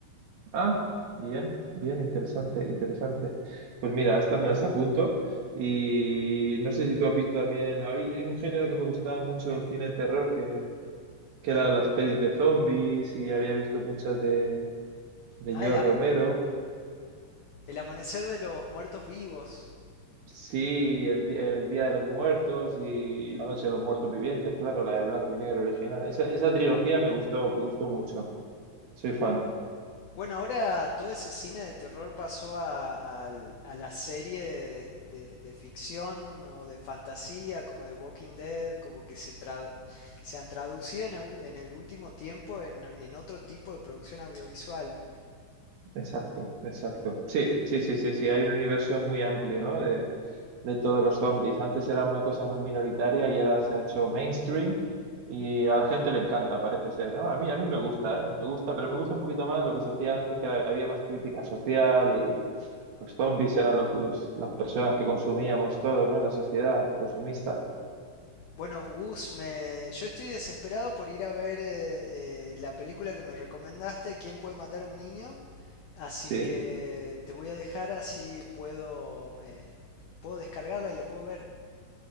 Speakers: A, on the right; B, on the left.
A: Ah, bien, bien, interesante, interesante. Pues mira, estas me las apunto. Y no sé si tú has visto también, hay un género que me gustaba mucho del cine de terror, que, que eran las pelis de zombies, y había visto muchas de, de
B: Ah,
A: George
B: el, a-
A: Romero.
B: el amanecer de los muertos vivos,
A: Sí, el, Di- el Día de los Muertos y La Noche de los Muertos Vivientes, claro, la de blanco y negro original. Esa, esa trilogía me gustó, me gustó mucho. Soy fan.
B: Bueno, ahora todo ese cine de terror pasó a, a- a las series de, de de ficción o de fantasía, como de Walking Dead, como que se, tra- se han traducido en el, ul- en el último tiempo en, en otro tipo de producción audiovisual.
A: Exacto, exacto. Sí, sí, sí, sí, sí. Hay un universo muy amplio, ¿no? De, de todos los zombies. Antes era una cosa muy minoritaria y ahora se ha hecho mainstream y a la gente le encanta, parece ser, ¿no? A mí, a mí me gusta, ¿eh? Me gusta, pero me gusta un poquito más lo que se hacía antes, que era- había más crítica social y los zombies eran los, los- las personas que consumíamos todo, ¿no? En la sociedad consumista.
B: Bueno, Gus, me, yo estoy desesperado por ir a ver eh, eh, la película que me recomendaste, ¿Quién puede matar a un niño? Así
A: Sí.
B: que te voy a dejar así puedo, eh, puedo descargarla y la puedo ver.